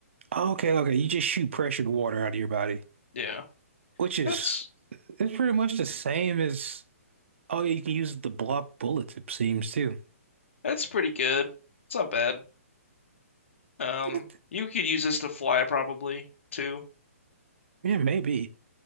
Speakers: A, on the right; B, on the left.
A: Oh, Okay, okay. You just shoot pressured water out of your body,
B: Yeah,
A: which is
B: that's
A: it's pretty much the same as oh, you can use it to block bullets, it seems too.
B: that's pretty good. It's not bad. Um,
A: It-
B: you could use this to fly probably too.
A: Yeah, maybe.